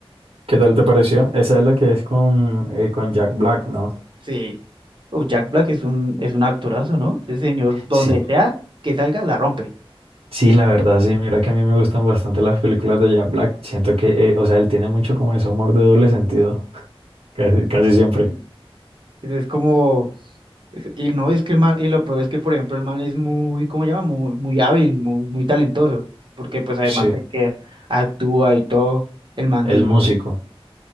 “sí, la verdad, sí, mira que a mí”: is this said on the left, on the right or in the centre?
Right